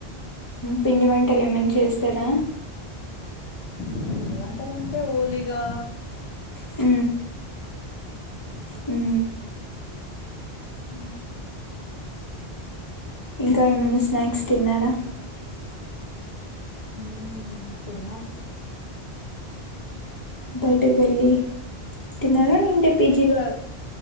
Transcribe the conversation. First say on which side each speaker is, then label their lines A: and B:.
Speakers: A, on the left; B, on the left.
A: పిండి వంటలు ఏమన చేస్తార
B: పిండి వంటలంటే ఓలీగా
A: హు హు
B: ఉ
A: ఇంకా ఏమైనా స్నాక్స్ తిన్నార
B: హు తినం
A: బయటకు వెళ్ళి తిన్నారా <unintelligible> పీజీలో
B: ఇంకా